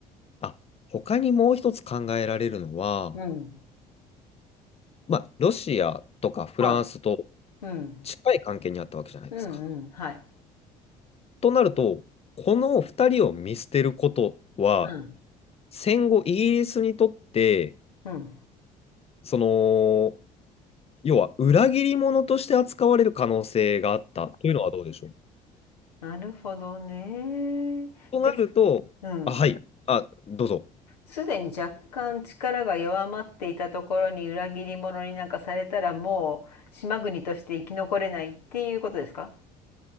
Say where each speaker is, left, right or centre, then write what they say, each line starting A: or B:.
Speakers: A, on the left; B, on the left.
A: あ、他にもう一つ考えられるのは、
B: うん。
A: まあ、ロシアとかフランスと
B: はい。うん。
A: 近い関係にあったわけじゃないですか。
B: うんうん。はい。
A: となると、この2人を見捨てることは、
B: うん。
A: 戦後イギリスにとって、
B: うん。
A: その、要は裏切り者として扱われる可能性があったというのはどうでしょう。
B: なるほどね。
A: となると、
B: です。うん。
A: あ、はい、あ、どうぞ。
B: すでに若干力が弱まっていたところに裏切り者になんかされたらもう島国として生き残れないっていうことですか